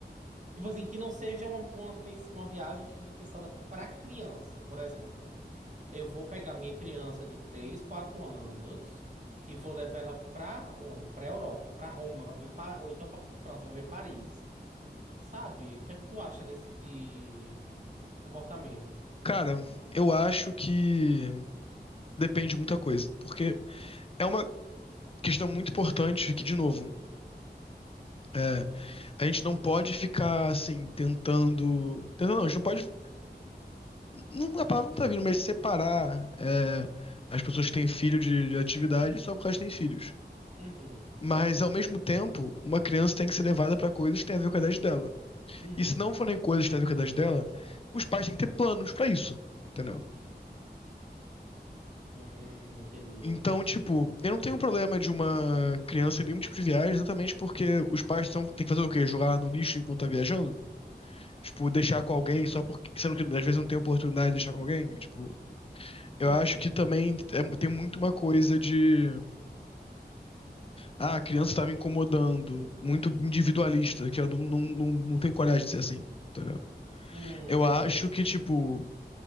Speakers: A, on the right; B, on the left.
A: Tipo assim, que não seja uma, uma, pens- uma viagem que seja pensada para criança, por exemplo. Eu vou pegar minha criança de 3, 4 anos e vou levar ela pra onde? Pra Europa, pra Roma, pra ver pa... ou então pra França, pra ver Paris. Sabe? O que é que tu acha desse tipo de comportamento?
B: Cara, eu acho que depende de muita coisa, porque é uma questão muito importante que, de novo, é, a gente não pode ficar assim tentando, tentando não, a gente não pode, não, a palavra não tá vindo, mas separar é, as pessoas que têm filho de, de atividade só porque elas têm filhos.
A: Uhum,
B: Mas, ao mesmo tempo, uma criança tem que ser levada pra coisas que têm a ver com a idade dela.
A: uhum.
B: E se não forem coisas que têm a ver com a idade dela, os pais têm que ter planos pra isso, entendeu?
A: Hum, entendi.
B: Então, tipo, eu não tenho problema de uma criança em nenhum tipo de viagem, exatamente porque os pais são, tem que fazer o quê? Jogar no lixo enquanto tá viajando? Tipo, deixar
A: Uhum,
B: com alguém só porque. Sendo que às vezes não tem oportunidade de deixar com alguém. Tipo, eu
A: uhum.
B: acho que também é- tem muito uma coisa de. Ah, a criança tá me incomodando. Muito individualista, que eu não, não, não, não tenho coragem de ser assim. Entendeu?
A: Hum,
B: Eu
A: entendi.
B: acho que, tipo,